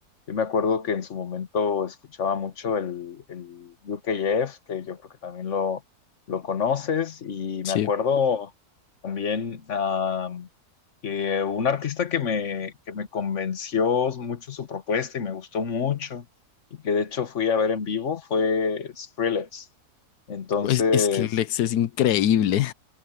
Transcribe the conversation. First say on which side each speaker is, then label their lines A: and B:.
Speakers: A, on the left; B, on the left.
A: Yo me acuerdo que en su momento escuchaba mucho el, el UKF, que yo creo que también lo, lo conoces, y me
B: Sí,
A: acuerdo también ah, que un artista que me, que me convenció mucho su propuesta y me gustó mucho, y que de hecho fui a ver en vivo fue Skrillex. Entonces,
B: es, es que Lex es increíble.